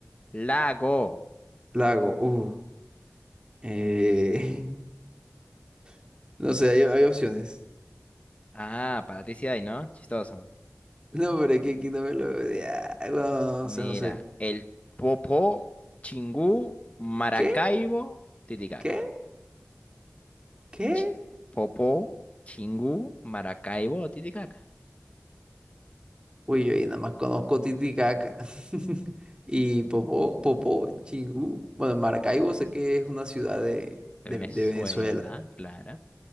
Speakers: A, on the left (about 30°); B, on the right (about 20°).
A: Lago.
B: Lago. Uh. Eh, <laughs> no sé, hay, hay opciones.
A: Ah, para ti sí hay, ¿no? Chistoso.
B: No, pero es que aquí no me lo pedía. No, No,
A: Mira,
B: no sé, no sé.
A: el Popó, Chingú, Maracaibo,
B: ¿Qué?
A: Titicaca.
B: ¿Qué? ¿Qué?
A: Ch- Popó, Chingú, Maracaibo, Titicaca.
B: Uy, yo ahí nada más conozco Titicaca. <laughs> Y Popó, Popó, Chingú. Bueno, Maracaibo sé que es una ciudad de,
A: De
B: de
A: Venezuela,
B: de Venezuela.
A: claro.